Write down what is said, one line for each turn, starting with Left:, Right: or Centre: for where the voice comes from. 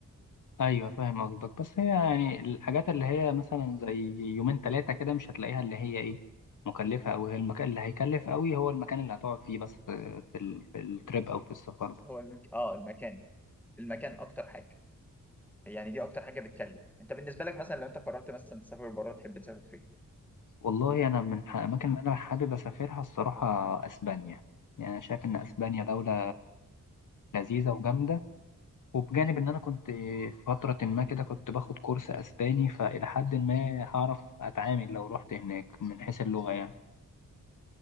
Left: ايوه فاهم قصدك بس هي يعني الحاجات اللي هي مثلا زي يومين ثلاثة كده مش هتلاقيها اللي هي ايه مكلفة او هي المكان اللي هيكلف قوي هو المكان اللي هتقعد فيه بس في في ال- في التريب او في السفر ده
Centre: هو المك... اه المكان المكان اكتر حاجه يعني دي اكتر حاجه بتكلف انت بالنسبه لك مثلا لو انت قررت مثلا تسافر بره تحب تسافر فين
Left: والله انا من الاماكن اللي انا حابب اسافرها الصراحة اسبانيا يعني انا شايف ان اسبانيا دولة لذيذة وجامدة وبجانب ان انا كنت في فترة ما كده كنت باخد كورس اسباني فالى حد ما هعرف اتعامل لو رحت هناك من حيث اللغة يعني